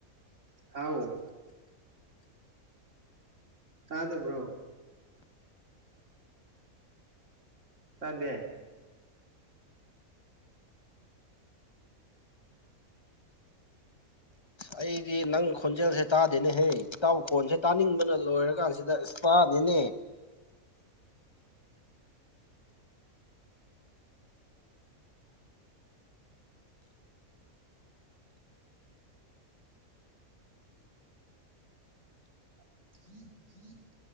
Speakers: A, on the right; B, on the left.
A: ꯍꯥꯎ ꯇꯥꯗꯕ꯭ꯔꯣ ꯇꯥꯗꯦ
B: ꯑꯩꯗꯤ ꯅꯪ ꯈꯣꯟꯖꯦꯜꯁꯦ ꯇꯥꯗꯦꯅꯦꯍꯦ ꯏꯇꯥꯎ ꯈꯣꯟꯁꯦ ꯇꯥꯅꯤꯡꯕꯅ ꯂꯣꯏꯔꯀꯥꯟꯁꯤꯗ ꯏꯁ ꯇꯥꯗꯦꯅꯦ
A: <inaudible>